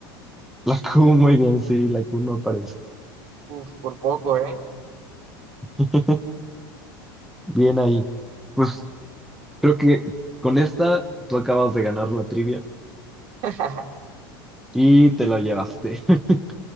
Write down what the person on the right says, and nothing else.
Uf, por poco, ¿eh?
<laughs>